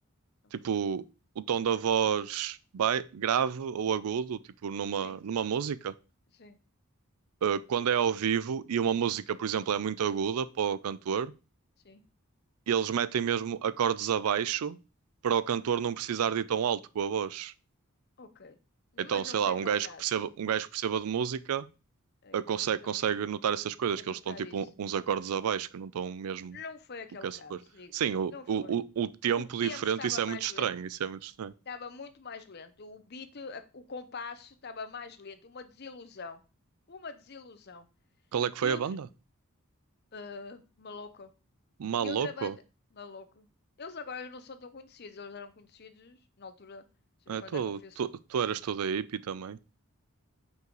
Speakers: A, on the left; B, on the right.
A: Então,
B: Tipo, o tom da voz bai- grave ou agudo, tipo, numa,
A: sim,
B: numa música.
A: sim,
B: Uh, quando é ao vivo e uma música, por exemplo, é muito aguda para o cantor,
A: sim.
B: eles metem mesmo acordes abaixo para o cantor não precisar de ir tão alto com a voz.
A: Ok. Não,
B: Então,
A: mas
B: sei
A: não foi
B: lá,
A: aquele
B: um gajo
A: caso.
B: que perceba, um gajo que perceba de música
A: É,
B: eh, consegue,
A: a-
B: consegue notar essas coisas,
A: Anotar
B: que eles estão tipo
A: isso.
B: um- uns acordes abaixo, que não estão mesmo
A: Não foi aquele
B: o que é
A: caso,
B: suposto.
A: digo.
B: Sim, o,
A: Não foi.
B: o, o o tempo
A: O tempo
B: diferente,
A: estava
B: isso é
A: mais
B: muito estranho,
A: lento,
B: isso é muito estranho.
A: estava muito mais lento. O beat, a- o compasso estava mais lento. Uma desilusão, uma desilusão.
B: Qual é que
A: E
B: foi a
A: outro,
B: banda?
A: ah, maluco.
B: Maloco?
A: E outra banda, maluco. Eles agora não são tão conhecidos, eles eram conhecidos na altura, deixa
B: É,
A: eu ver quando
B: tu,
A: é que eu fui. esse-
B: tu, tu eras toda hippie também.